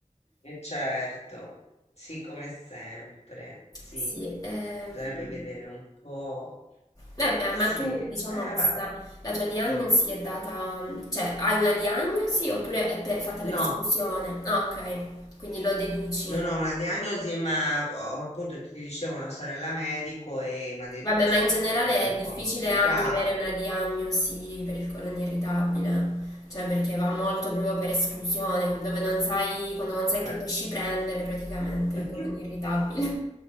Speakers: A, on the left; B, on the left.
A: eh, certo, sì, come sempre, sì.
B: Sì. ehm.
A: Bisognerebbe vedere un po'.
B: Eh beh,
A: Sì,
B: ma tu,
A: eh,
B: diciamo,
A: vabbè,
B: questa, la tua diagnosi
A: dimmi.
B: è data, cioè, hai una diagnosi oppure è per- fatta
A: No.
B: per esclusione? Ah, ok, quindi lo deduci.
A: Non ho una diagnosi, ma ho- appunto ti dicevo una sorella medico e mi ha detto
B: Vabbè,
A: cioè,
B: ma in generale
A: che è un
B: è difficile
A: colon irritabile.
B: anche avere una diagnosi per il colon irritabile, cioè perché va molto proprio per esclusione, dove non sai, quando non sai che
A: eh.
B: pesci prendere praticamente
A: <laughs>
B: il colon irritabile,